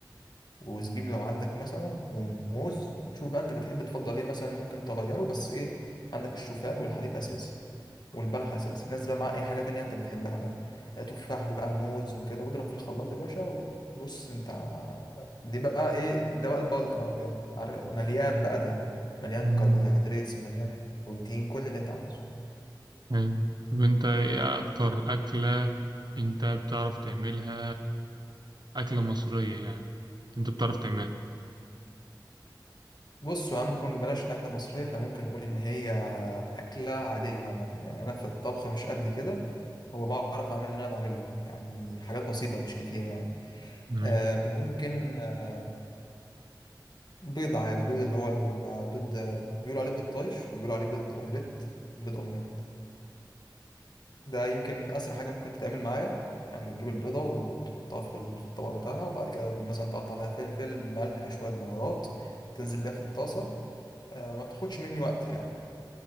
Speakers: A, on the left; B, on the right.
A: وزبيب لو عندك مثلا وموز شوف بقى انت بتحب تفضل ايه مثلا ممكن تغيره بس ايه عندك الشوفان والحليب اساسي والبلح اساسي نزل بقى معاه اي حاجه تانية انت بتحبها بقى آه، تفاح بقى موز وكده واضرب في الخلاط يا باشا وبص انت دي بقى ايه ده بقى البالك بقى بجد عارف- مليان بقى ده مليان
B: مم.
A: كربوهيدرات مليان بروتين كل اللي انت عاوزه
B: حلو. طب انت ايه اكتر اكلة انت بتعرف تعملها اكلة مصرية يعني انت بتعرف تعملها
A: بص هو ممكن بلاش أكلة مصرية احنا ممكن نقول إن هي أكلة عادية عامة يعني أنا في الطبخ مش قد كده هو بعرف أعمل اللي أنا بعمله يعني حاجات بسيطة مش كتير يعني
B: ماشي
A: آه ممكن آه، بيض عادي بيض اللي هو البيض بيقولوا عليه بيض طايش وبيقولوا عليه بيض اومليت بيض اومليت ده يمكن اسرع حاجه ممكن تتعمل معايا يعني تجيب البيضه وتحطها في ال- في الطبق بتاعها وبعد كده مثلا تقطع لها فلفل ملح شويه بهارات تنزل بيها في الطاسه آه ما بتاخدش مني وقت يعني